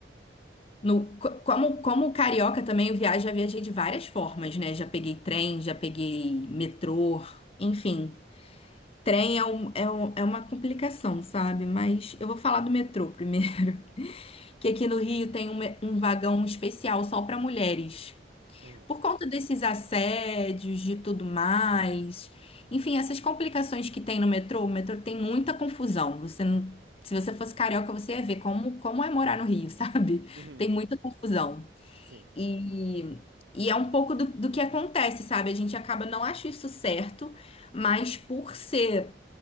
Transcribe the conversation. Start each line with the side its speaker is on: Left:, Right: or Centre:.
Left: No, co- como, como carioca também, eu viajo, já viajei de várias formas, né? Já peguei trem, já peguei metrô, enfim. Trem é, um, é, um- é uma complicação, sabe? Mas eu vou falar do metrô primeiro. <laughs> Que aqui no Rio tem um, me- um vagão especial só para mulheres.
Right: uhum,
Left: Por conta desses assédios, de tudo mais. Enfim, essas complicações que tem no metrô, o metrô tem muita confusão. Você não- se você fosse carioca, você ia ver como, como é morar no Rio, <laughs> sabe?
Right: uhum.
Left: Tem muita confusão.
Right: Sim,
Left: E, e é um pouco do, do que acontece, sabe? A gente acaba não acha isso certo, mas por ser,